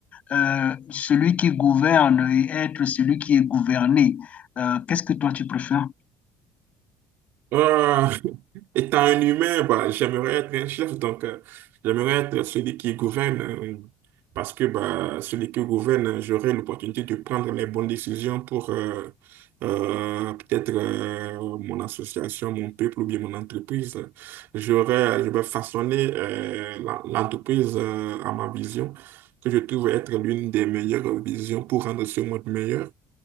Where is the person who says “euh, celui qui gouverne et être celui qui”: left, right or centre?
Left